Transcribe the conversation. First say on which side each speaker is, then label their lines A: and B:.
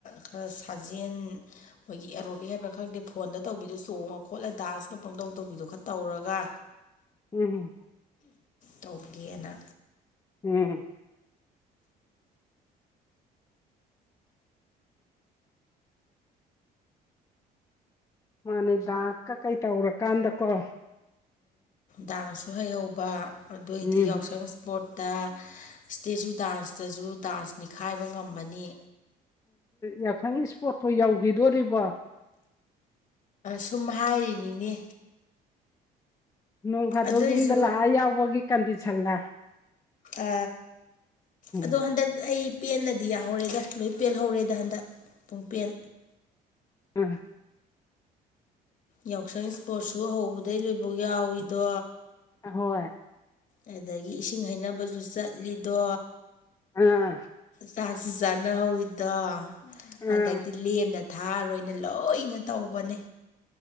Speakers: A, on the left; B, on the left.
A: ꯈꯔ ꯁꯥꯖꯦꯟ ꯃꯣꯏꯒꯤ ꯑꯦꯔꯣꯕꯤꯛ ꯍꯥꯏꯕ ꯈꯪꯗꯦ ꯐꯣꯟꯗ ꯇꯧꯕꯤꯗ ꯆꯣꯡꯉ ꯈꯣꯠꯂ ꯗꯥꯟꯁꯀ ꯄꯪꯇꯧ ꯇꯧꯕꯤꯗꯣ ꯈꯔ ꯇꯧꯔꯒ
B: ꯎꯝꯝ
A: ꯇꯧꯕꯒꯦꯅ
B: ꯎꯝ ꯃꯥꯅꯦꯗꯥꯛꯀꯀꯩ ꯇꯧꯔꯀꯥꯟꯗꯀꯣ
A: ꯗꯥꯟꯁꯁꯨ ꯍꯩꯍꯧꯕ ꯑꯗꯨꯑꯣꯏꯗꯤ
B: ꯎꯝ
A: ꯌꯥꯎꯁꯪ ꯏꯁꯄꯣꯔꯠꯇ ꯏꯁꯇꯦꯖꯨ ꯗꯥꯟꯁꯇꯁꯨ ꯗꯥꯟꯁ ꯅꯤꯈꯥꯏꯕ ꯉꯝꯃꯅꯤ
B: ꯌꯥꯁꯪꯒꯤ ꯏꯁꯄꯣꯠꯇꯣ ꯌꯧꯈꯤꯗꯣꯔꯤꯕ
A: ꯁꯨꯝ ꯍꯥꯏꯔꯤꯅꯤꯅꯦ
B: ꯅꯣꯡ ꯐꯥꯗꯣꯛ
A: ꯑꯗꯨ ꯑꯣꯏꯁꯨ
B: ꯌꯨꯝꯗ ꯂꯥꯛꯑ ꯌꯥꯎꯕꯒꯤ ꯀꯟꯗꯤꯁꯟꯗ
A: ꯑ
B: ꯎꯝ
A: ꯑꯗꯣ ꯍꯟꯗꯛ ꯑꯩ ꯄꯦꯟꯅꯗꯤ ꯌꯥꯍꯧꯔꯦꯗ ꯂꯣꯏ ꯄꯦꯜꯍꯧꯔꯦꯗ ꯍꯟꯗꯛ ꯄꯨꯡ ꯄꯦꯟ
B: ꯎꯝ
A: ꯌꯥꯎꯁꯪ ꯏꯁꯄꯣꯔꯠꯁꯨ ꯍꯧꯕꯗꯩ ꯂꯣꯏꯕꯧ ꯌꯥꯎꯏꯤꯗꯣ
B: ꯍꯣꯏ
A: ꯑꯗꯨꯗꯒꯤ ꯏꯁꯤꯡ ꯍꯩꯅꯕꯁꯨ ꯆꯠꯂꯤꯗꯣ
B: ꯑꯥ
A: ꯆꯥꯛꯁꯨ ꯆꯥꯅꯍꯧꯋꯤꯗꯣ ꯍꯟꯗꯛꯇꯤ
B: ꯑꯥ
A: ꯂꯦꯝꯅ ꯄ ꯊꯥꯔ ꯑꯣꯏꯅ ꯂꯣꯏꯅ ꯇꯧꯕꯅꯦ